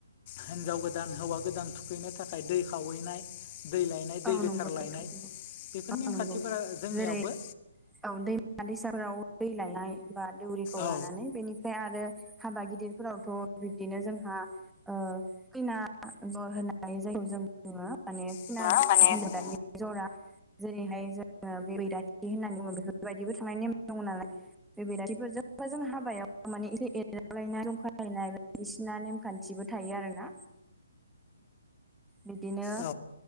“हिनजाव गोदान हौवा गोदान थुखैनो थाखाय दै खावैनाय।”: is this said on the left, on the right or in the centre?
Left